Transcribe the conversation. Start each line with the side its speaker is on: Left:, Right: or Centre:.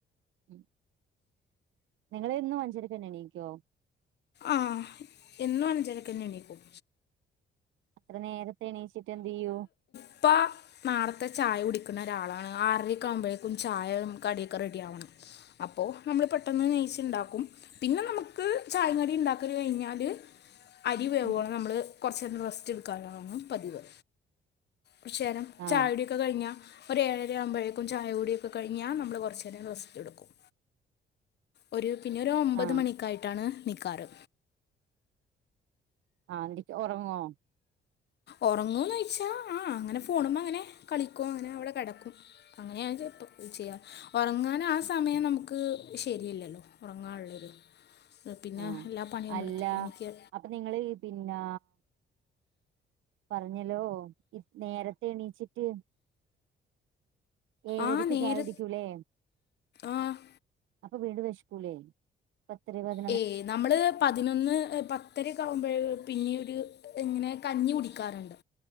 Right: ഉം നിങ്ങളെന്നും അഞ്ചെരക്കന്നെ എണീക്കോ
Left: ആഹ് എന്നും അഞ്ചരക്കെന്നെ എണീക്കും
Right: ഇത്ര നേരത്തെ എണീച്ചിട്ട് എന്ത് ചെയ്യും.
Left: പ്പാ നേരത്തെ ചായ കുടിക്കുന്ന ഒരാളാണ്. ആറാരേക്കെ ആവ്മ്പോഴേക്കും ചായേയും കടിയൊക്കെ റെഡി ആവണം അപ്പൊ നമ്മള് പെട്ടെന്ന് നെയിച്ച് ഇണ്ടാക്കും പിന്നെ നമ്മക്ക് ചായേയും കടിയും ഇണ്ടാക്കാല് കയിഞ്ഞാല്. അരി വേവോളം
Right: ഉം
Left: നമ്മള് കൊറച്ച് നേരം റെസ്റ്റ് എടുക്കാലാണ് പതിവ്. കൊറ്ചേരം
Right: ആ
Left: ചായകുട്യക്കെ കഴിഞ്ഞാ ഒര് ഏഴരാ ആവമ്പോഴേക്കും ചായ കുടിയൊക്കെഴിഞ്ഞാ നമ്മള് കൊറച്ചേ രം റെസ്റ്റ്‌ എട്ക്കും. ഒര് പിന്നെ ഒര് ഒമ്പത്
Right: ആ
Left: മണിക്കായിട്ടാണ് ണിക്കാറ്
Right: ആഹ് ഒറങ്ങൊ
Left: ഒറങ്ങൂന്ന് ചോയിച്ചാ ആഹ് അങ്ങനെ ഫോണ്മ് അങ്ങനെ കളിക്കൂ അങ്ങനെ അവടെ കെടക്കും. അങ്ങനെ ഞാ <unintelligible> പ്പേ ചെയ്യാം ഒറങ്ങാൻ ആഹ് സമയം നമ്മുക്ക് ശെരിയല്ലല്ലോ ഒറങ്ങാൻള്ളരു. പിന്നെ
Right: ആഹ്
Left: എല്ലാ പണിയും
Right: അല്ല
Left: എട്ത്തിട്ട് എനിക്ക്.
Right: അപ്പൊ നിങ്ങളിൽ പിന്നെ പറഞ്ഞല്ലോ നേരത്തെ എണീച്ചിട്ട് ഏഴരക്ക്
Left: ആ നേര
Right: ചായ കുടിക്കൂല്ലെ.
Left: ആ
Right: അപ്പൊ വീണ്ടും വെശക്കൂല്ലേ പത്തിരി <unintelligible>
Left: യെ നമ്മള് പതിനൊന്ന് പ ത്തരെ ആവുമ്പഴ് പിന്നീട് ഇങ്ങനെ കഞ്ഞി കുടിക്കാറ്ണ്ട്